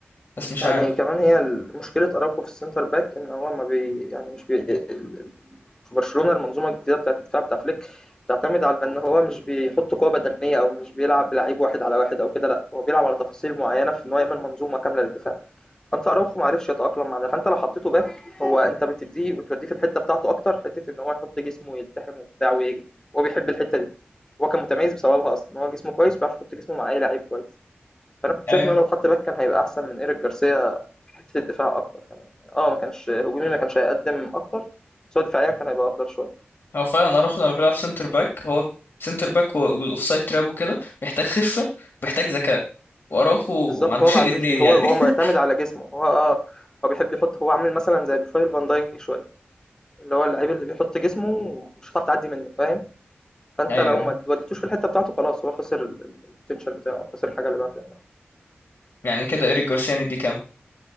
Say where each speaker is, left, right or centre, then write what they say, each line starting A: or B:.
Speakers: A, on the left; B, on the left.
A: بس مش
B: يعني
A: عارف
B: كمان هي ال مشكلة أراوخو في الcenter back إن هو ما بي يعني مش بي ال- في برشلونة المنظومة الجديدة بتاعة الدفاع بتاع فليك بتعتمد على إن هو مش بيحُط قوة بدنية أو مش بيلعب بلعيب واحد على واحد أو كده لأ، هو بيلعب على تفاصيل معيّنة في إن هو يعمل منظومة كاملة للدفاع. انت اراوخو ما عرفش يتاقلم مع ده فانت لو حطيته باك هو انت بتديه وتوديه في الحته بتاعته اكتر حته ان هو يحط جسمه ويلتحم وبتاع ويجري هو بيحب الحته دي هو كان متميز بسببها اصلا ان هو جسمه كويس بيعرف يحط جسمه مع اي لعيب كويس فانا كنت
A: ايوه
B: شايف ان هو لو اتحط باك كان هيبقى احسن من ايريك جارسيا في حته الدفاع اكتر كمان يعني اه ما كانش هجومي ما كانش هيقدم اكتر بس هو دفاعيا كان هيبقى افضل شويه
A: هو فعلا اراخو لما بيلعب سنتر باك هو سنتر باك و- والاوفسايد تراب وكده محتاج خفه ومحتاج ذكاء واراخو
B: بالظبط
A: ما عندوش
B: هو ما
A: الاثنين
B: عندوش دي
A: يعني
B: هو هو
A: <laughs>
B: معتمد على جسمه هو اه هو بيحب يحط هو عامل مثلا زي بروفايل فان دايك شويه اللي هو اللعيب اللي بيحط جسمه مش هتعرف تعدي منه فاهم فانت
A: ايوه
B: لو
A: ايوه
B: ما وديتوش في الحته بتاعته خلاص هو خسر ال- ال- البوتنشال بتاعه خسر الحاجه اللي بقى فيها
A: يعني كده ايريك جارسيا ندي كام